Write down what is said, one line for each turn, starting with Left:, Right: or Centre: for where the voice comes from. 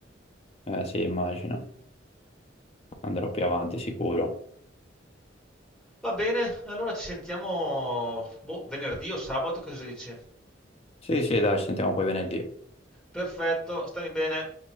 Left: Eh, sì, immagino, andrò più avanti sicuro.
Centre: Va bene, allora ci sentiamo boh, venerdì o sabato, cosa dici?
Left: Sì, sì, dai, ci sentiamo poi venerdì.
Centre: Perfetto, stammi bene.